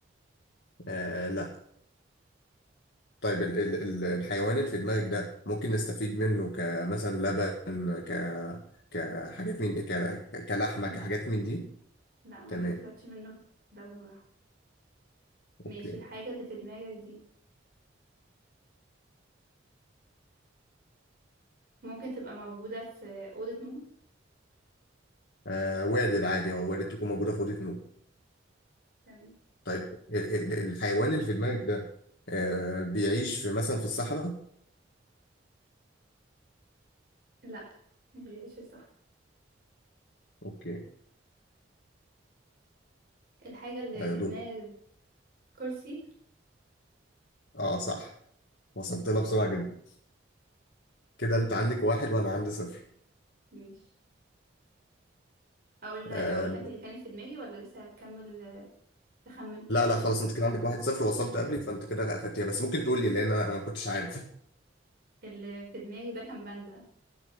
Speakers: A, on the left; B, on the right.
A: آه لا طيب ال ال
B: تمام
A: ال- الحيوان اللي في دماغك ده ممكن نستفيد منه كمثلا لبن ك كحاجات من دي ك... كلحمة
B: لا
A: كحاجات من دي
B: لا ما
A: تمام
B: بنستفادش منه في لبن ولحم ماشي
A: اوكي
B: الحاجة اللي في دماغك دي ممكن تبقى موجودة في أوضة نوم
A: آه وارد عادي هو وارد تكون موجودة في أوضة نوم
B: تمام
A: طيب ال ال الحيوان اللي في دماغك ده آه بيعيش في مثلا في الصحراء
B: لا مش بيعيش صح
A: اوكي
B: الحاجة اللي
A: آه
B: في
A: دول
B: دماغك دي كرسي
A: اه صح وصلت لها بسرعة جدا كده انت عندك واحد وانا عندي صفر
B: ماشي اقول لك
A: آه
B: اقول لك اللي كانت في دماغي ولا لسه هتكمل آه، تخمن
A: لا لا خلاص انت كده عندك واحد صفر وصلت قبلي فانت كده اخدتيها بس ممكن تقول لي لان انا أنا ما كنتش عارف
B: اللي في دماغي ده كان باندا